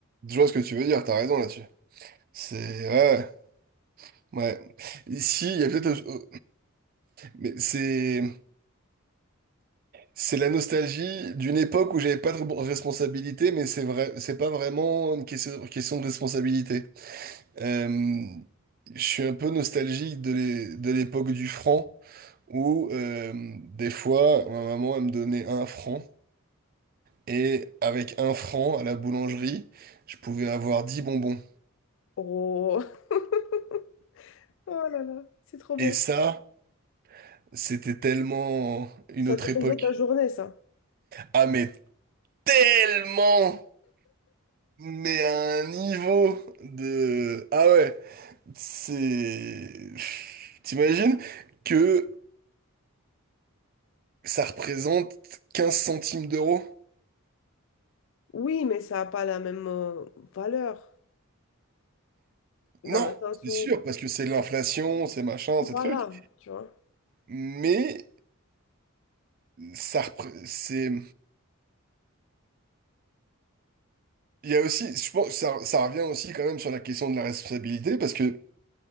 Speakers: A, on the right (about 40°); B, on the left (about 60°).
A: Je vois ce que tu veux dire. T'as raison là-dessus. C'est... Ouais, ouais. Ici, il y a peut-être... euh, Mais c'est... C'est la nostalgie d'une époque où j'avais pas de responsabilité, mais c'est vrai, c'est pas vraiment une question, question de responsabilité. Euh, je suis un peu nostalgique de l'é- de l'époque du franc, où euh, des fois, ma maman, elle me donnait un franc, et avec un franc à la boulangerie, je pouvais avoir dix bonbons.
B: Oh, <laughs> oh là là, c'est trop beau.
A: Et ça, c'était tellement une
B: Ça
A: autre
B: te faisait
A: époque.
B: ta journée, ça.
A: Ah, mais tellement! Mais à un niveau de... Ah ouais, c'est... T'imagines que ça représente 15 centimes d'euros?
B: Oui, mais ça n'a pas la même euh, valeur. dans
A: Non,
B: le sens
A: c'est
B: où,
A: sûr, parce que c'est l'inflation, c'est machin,
B: voilà,
A: ces trucs.
B: tu vois.
A: Mais ça, repré- c'est, il y a aussi, je pense, que ça, ça revient aussi quand même sur la question de la responsabilité, parce que